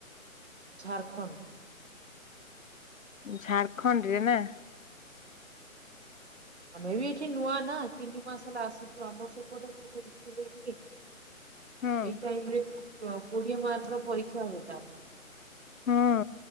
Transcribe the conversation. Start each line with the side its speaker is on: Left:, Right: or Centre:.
Right: ଝାରଖଣ୍ଡ୍।
Left: ଝାଡ଼ଖଣ୍ଡ ରେ ନା?
Right: ଆମେ ବି ଏଠି ନୂଆ ନା ତିନି ମାସ ହେଲା ଆସିଛୁ ଆମର ସେପଟେ <unintelligible>
Left: ହୁଁ।
Right: ଏ ଟାଇମରେ କୋଡିଏ ମାତ୍ର ପରୀକ୍ଷା ହୋଇଥାଏ।
Left: ହଁ।